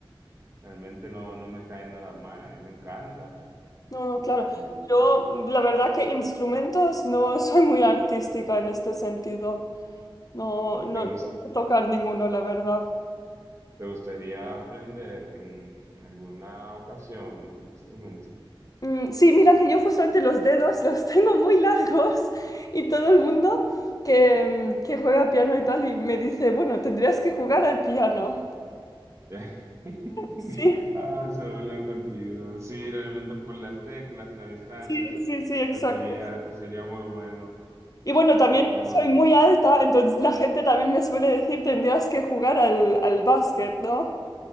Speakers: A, on the right; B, on the left.
A: realmente no, no me cae nada mal, a mí me encanta.
B: No, no, claro.
A: ¿Y
B: Yo, la verdad que instrumentos no <laughs> soy muy artística en este sentido. No, no,
A: te gus-
B: no sé tocar ninguno, la verdad.
A: te gustaría aprender en, en alguna ocasión el instrumento?
B: Mm, sí, mira que yo justamente los dedos <laughs> los tengo muy largos y todo el mundo que, mm, que juega piano y tal y me dice, bueno, tendrías que jugar al piano.
A: <laughs>
B: Sí,
A: Ah, se burlan contigo. Sí, realmente por las teclas, las distancias,
B: sí, sí, sí, exacto.
A: te sería, te sería muy bueno.
B: Y bueno, también
A: Sería muy bueno.
B: soy muy alta, entonces la gente también me suele decir, tendrías que jugar al, al básquet, ¿no?